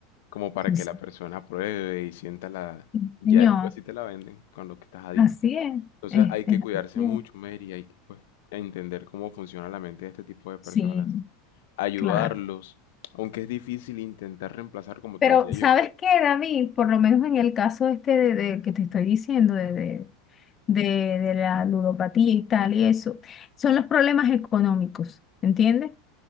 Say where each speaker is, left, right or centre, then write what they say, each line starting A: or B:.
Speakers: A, on the left (about 75°); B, on the left (about 30°).
A: como para
B: Sí,
A: que
B: sí.
A: la persona pruebe y sienta la...
B: Sí,
A: Ya
B: Señor,
A: después si te la venden, con lo que estás adicto.
B: así es.
A: Entonces
B: es-
A: hay que
B: es
A: cuidarse
B: así
A: mucho,
B: es.
A: Mary, hay que pues, entender cómo funciona la mente de este tipo de personas,
B: Sí,
A: ayudarlos,
B: claro.
A: aunque es difícil intentar reemplazar, como
B: Pero,
A: te decía
B: ¿sabes
A: yo.
B: qué, David? Por lo menos en el caso este de, de que te estoy diciendo, de, de- de, de la ludopatía y tal, y eso, son los problemas económicos, ¿entiendes?